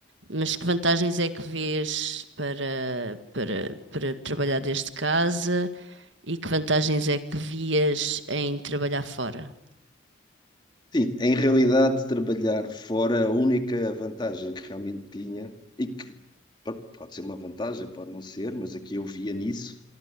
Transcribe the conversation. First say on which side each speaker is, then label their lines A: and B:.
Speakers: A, on the right (about 75°); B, on the left (about 25°).
A: mas que vantagens é que vês para, para, para trabalhar desde casa e que vantagens é que vias em trabalhar fora?
B: Sim, em realidade, trabalhar fora, a única vantagem que realmente tinha, e que pode pode ser uma vantagem, pode não ser, mas aqui eu via nisso,